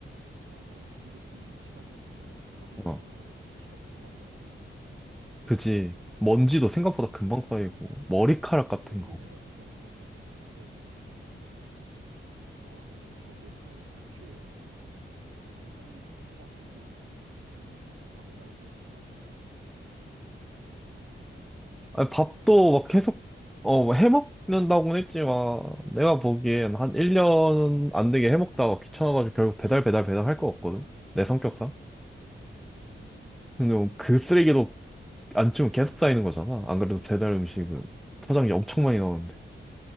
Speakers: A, on the right (about 80°); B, in the centre.
A: 맞아. 근데 또 이게 집안일이 하루
B: 어.
A: 이틀 안 하면 또 티가 금방 나요.
B: 그지. 먼지도 생각보다
A: 음.
B: 금방 쌓이고 머리카락 같은
A: 먼지도
B: 거.
A: 생각보다 금방 쌓이고 나는 한 이, 와, 사람 머리카락이 그렇게 많이 빨리 빠지는 거구나. 나 느꼈잖아. 방에 나 혼자 있는데.
B: 아 밥도 막 계속 어, 해먹는다고는 했지만 내가 보기엔 한 1년 안 되게 해먹다가 귀찮아가지고 결국 배달 배달 배달 할 거 같거든. 내 성격상.
A: 음,
B: 근데 뭐 그 쓰레기도 안 치우면 계속 쌓이는 거잖아. 안 그래도 배달 음식은 포장이 엄청 많이 나오는데.